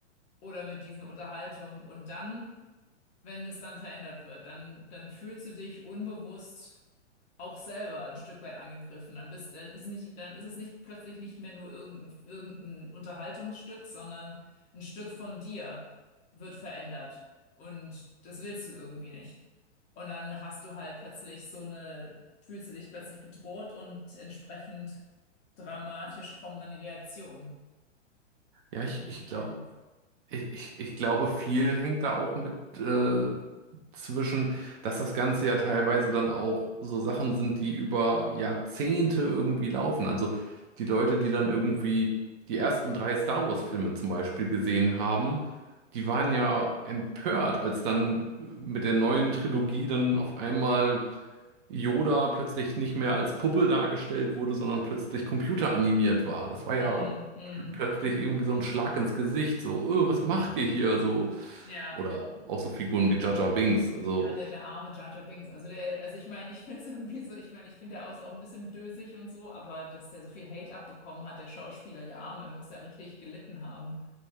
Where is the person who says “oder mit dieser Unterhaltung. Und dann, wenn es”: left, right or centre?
Left